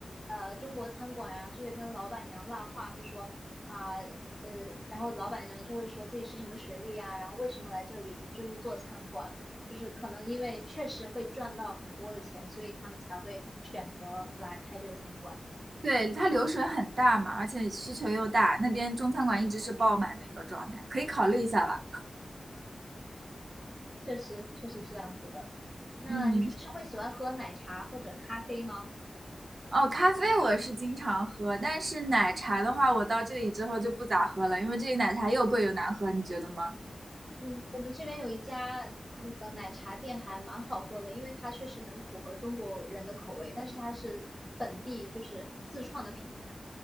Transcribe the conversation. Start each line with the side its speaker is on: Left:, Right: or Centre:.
Centre: 呃中国餐馆啊，就会跟老板娘拉话，就说啊呃，然后老板娘就会说自己是什么学历啊，然后为什么来这里就是做餐馆，就是可能因为确实会赚到很多的钱，所以他们才会选择来开这个餐馆。
Right: 对，它流水很大嘛，而且需求又大，那边中餐馆一直是爆满的一个状态，可以考虑一下了。
Centre: 确实确实是这样子的。那你平时会喜欢喝奶茶或者咖啡吗？
Right: 嗯，哦，咖啡我是经常喝，但是奶茶的话，我到这里之后就不咋喝了，因为这里奶茶又贵又难喝，你觉得吗？
Centre: 嗯，我们这边有一家那个奶茶店还蛮好喝的，因为它确实很符合中国人的口味，但是它是本地就是自创的品牌，